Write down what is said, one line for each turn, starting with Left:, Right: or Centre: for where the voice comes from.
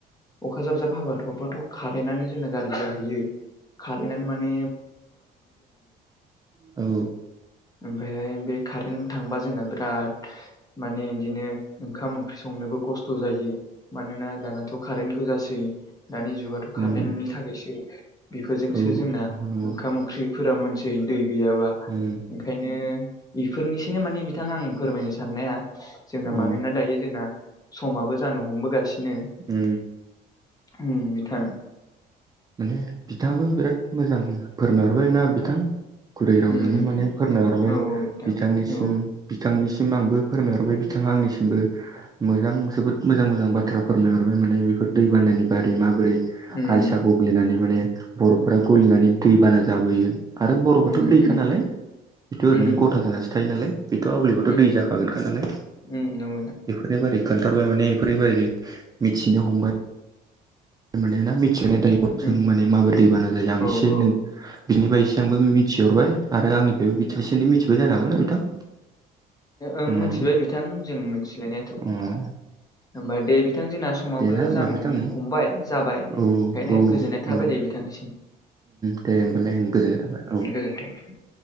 Left: अखा जाब जाब हाबाथ'बाथ' खारेन्टआनो जोंना गारि जाहैयो खारैनानै माने
Right: औ
Left: ओमफ्रायहाय बे कारेन्ट थांबा जोंना बिराद माने बिदिनो। ओंखाम ओंख्रि संनोबो खस्थ' जायो। मानोना दानाथ' कारेन्ट गोजासै दानि जुगाथ' कारेन्टनि
Right: उम
Left: थाखायसो। बेफोरजोंसो
Right: औ
Left: जोंना
Right: नंगौ नंगौ
Left: ओंखाम ओंख्रिफोरा मोनसे दै गैयाबा
Right: उम
Left: ओंखायनो बेफोरनिसोनो माने बिथां आं फोरमायनो साननाया जोंना मा
Right: अ
Left: मानोना दायो जोंना समाबो जानो हमबोगासिनो
Right: उ
Left: उ बिथां
Right: माने बिथाङाबो। बिराद मोजां फोरमायहरबाया बिथां। गुरै रावजोंनो
Left: उम
Right: माने फोरमायहरबाय
Left: औ बिथां
Right: बिथांनिसिम
Left: औ
Right: बिथांनिसिम आंबो फोरमायहरबाय बिथाङा आंनिसिमबो मोजां जोबोद मोजां मोजां बाथ्रा फोरमायहरबाय माने बेफोर दै बानानि बारै माबोरै
Left: उम
Right: आइसा गग्लिनानै माने बरफ फ्राय गलिनानै दैबाना जाबोयो आरो बर'फाथ'
Left: उम
Right: दैखा
Left: उम
Right: नालाय बेथ' ओरैनो
Left: उम
Right: गथा जानानैसो थायो नालाय। बेथ' आवगलिबाथ'
Left: उम
Right: दै जाखागोनखा नालाय
Left: उम नंगौ बिथां
Right: बेफोरनि बारै खोन बथारबाय माने बेफोर बदि मिथिनो हमबाय। माने ना मिथिहोनाय दाय जों
Left: उम
Right: मान माबोरै दै बाना जायो आं
Left: औ
Right: एसे
Left: औ
Right: नों बिनिफ्राय एसे आंबो मिथिहरबाय आरो आंनिफ्रायबो एसे एनै मिथिबाय जानो हागौनाा बिथां
Left: ओं
Right: उम
Left: मिथिबाय बिथां जों मिथिलायनायाथ'
Right: औ <unintelligible>
Left: होमबा दे बिथां जोंना समाबो
Right: देना होमबा
Left: जानो
Right: बिथां
Left: हमबाय जाबाय
Right: औ
Left: ओंखायनो
Right: औ
Left: गोजोननाय थाबाय
Right: औ
Left: दे बिथांनिसिम
Right: दे होमबालाय आं गोजोननाय थाबाय औ
Left: <unintelligible>